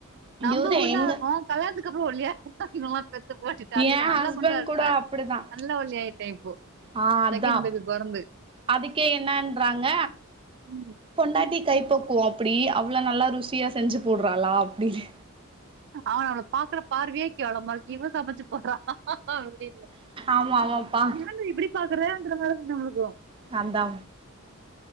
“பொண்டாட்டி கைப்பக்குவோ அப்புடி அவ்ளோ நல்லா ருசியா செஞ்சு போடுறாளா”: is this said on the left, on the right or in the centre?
Right